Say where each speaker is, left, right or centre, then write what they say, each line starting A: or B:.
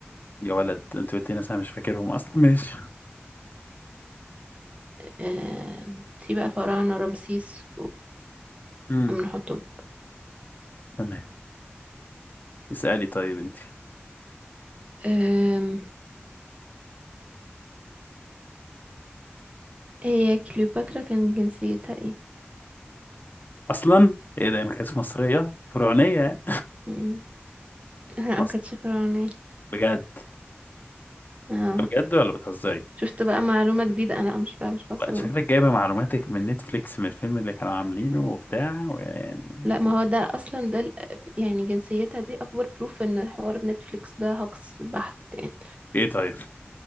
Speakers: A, on the left; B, on the right.
A: يا ولد انت قلت لي ناس انا مش فاكرهم اصلا ماشي
B: آه، في بقى فراعنة رمسيس و-
A: <laughs> امم
B: وامنحتب
A: تمام اسالي طيب انت
B: آم، هي كليوباترا كان جنسيتها ايه
A: اصلا ايه ده هي ما كانتش مصريه فرعونيه
B: مم. <laughs>
A: <laughs>
B: لا
A: مصر
B: ما كانتش فرعونية
A: بجد
B: اه
A: بجد ولا بتهزري
B: شفت بقى معلومة جديدة انا مش بقى مش بصل
A: لا، شكلك
B: والله.
A: جايبه معلوماتك من نتفليكس من الفيلم اللي كانوا عاملينه وبتاع ويعني
B: لا ما هو ده اصلا ده ال- يعني جنسيتها دي اكبر بروف ان حوار نتفليكس ده هوكس بحت يعني
A: ايه طيب